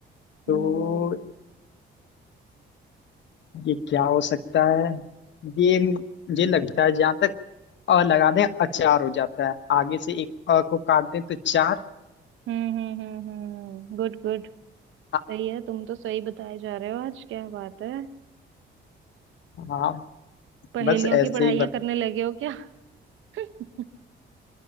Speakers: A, on the left; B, on the right.
A: तो
B: हम्म
A: ये क्या हो सकता है ये मुझे लगता है जहां तक अ लगा दें अचार हो जाता है आगे से एक अ को काट दें तो चार
B: हम्म हम्म हम्म हम्म गुड गुड
A: हाँ
B: सही है तुम तो सही बताए जा रहे हो आज क्या बात है
A: हाँ,
B: पहेलियों
A: बस ऐसे
B: की पढ़ाइयाँ
A: ही बत,
B: करने लगे हो क्या <laughs>